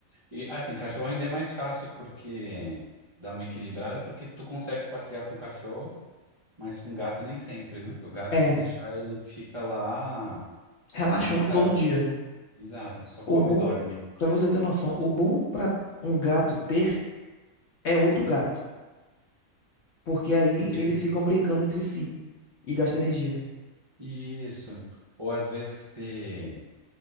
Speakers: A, on the right; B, on the left.
A: E assim, cachorro ainda é mais fácil porque dá uma equilibrada, porque tu consegue passear com cachorro, mas com gato nem sempre, né? O gato,
B: É,
A: se deixar, ele fica lá
B: relaxando
A: sedentário.
B: todo dia.
A: Exato, só
B: O
A: come
B: bom,
A: e dorme.
B: para você ter noção, o bom para um gato ter é outro gato. Porque aí
A: Porque
B: eles
A: eles.
B: ficam brincando entre si e gastam energia.
A: Isso. Ou às vezes ter.